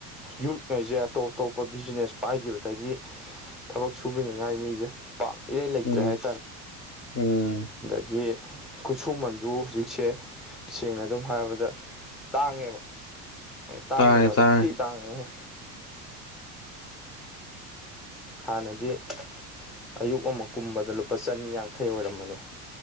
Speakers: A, in the centre; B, on the left (about 30°).
A: ꯌꯨꯠꯉꯩꯁꯦ ꯑꯇꯣꯞ ꯑꯇꯣꯞꯄ ꯕꯤꯖꯤꯅꯦꯁ ꯄꯥꯏꯈꯤꯕꯗꯒꯤ ꯊꯕꯛ ꯁꯨꯕꯤꯅꯤꯉꯥꯏ ꯃꯤꯁꯦ ꯄꯥꯛ ꯏꯔꯩ ꯂꯩꯇ꯭ꯔꯦ
B: ꯎꯝ
A: ꯍꯥꯏ
B: ꯎꯝ
A: ꯑꯗꯒꯤ ꯈꯨꯠꯁꯨꯃꯟꯁꯨ ꯍꯧꯖꯤꯛꯁꯦ ꯁꯦꯡꯅ ꯑꯗꯨꯝ ꯍꯥꯏꯔꯕꯗ ꯇꯥꯡꯉꯦꯕ ꯇꯥꯡꯕꯒꯤ
B: ꯇꯥꯏꯌꯦ
A: ꯋꯥꯗꯤ
B: ꯇꯥꯏꯌꯦ
A: ꯊꯤ ꯇꯥꯡꯉꯦ ꯍꯥꯟꯅꯗꯤ ꯑꯌꯨꯛ ꯑꯃꯛ ꯀꯨꯝꯕꯗ ꯂꯨꯄꯥ ꯆꯅꯤ ꯌꯥꯡꯈꯩ ꯑꯣꯏꯔꯝꯕꯅꯤ